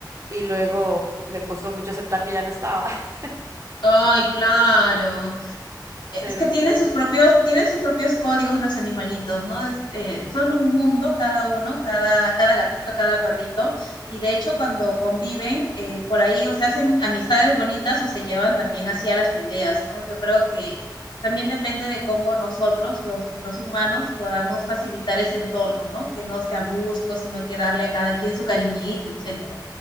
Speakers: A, on the right; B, on the left.
A: y luego le costó mucho aceptar que ya no estaba, <laughs>
B: Ay, claro. eh,
A: pero
B: es que tienen
A: sí.
B: sus propios, tienen sus propios códigos los animalitos, ¿no? Es, eh, son un mundo cada uno, cada, cada gatito, cada perrito, y de hecho cuando conviven eh, por ahí o se hacen amistades bonitas o se llevan también hacia las peleas, ¿no? Yo creo que también depende de cómo nosotros, los, los humanos, podamos facilitar ese entorno, ¿no? Que no sea brusco, sino que darle
A: ujú,
B: a cada quien su cariñito, etcétera.